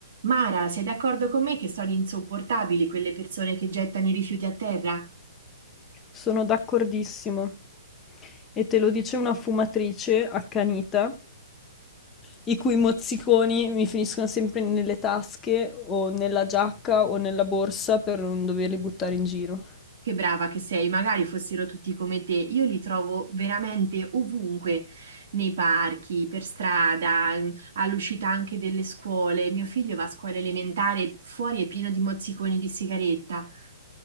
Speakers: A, on the right (about 60°); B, on the left (about 15°).
A: Mara, sei d'accordo con me che sono insopportabili quelle persone che gettano i rifiuti a terra?
B: Sono d'accordissimo. E te lo dice una fumatrice accanita, i cui mozziconi mi finiscono sempre nelle tasche o nella giacca o nella borsa per non doverli buttare in giro.
A: Che brava che sei, magari fossero tutti come te. Io li trovo veramente ovunque, nei parchi, per strada, all'uscita anche delle scuole. Mio figlio va a scuola elementare, fuori è pieno di mozziconi di sigaretta.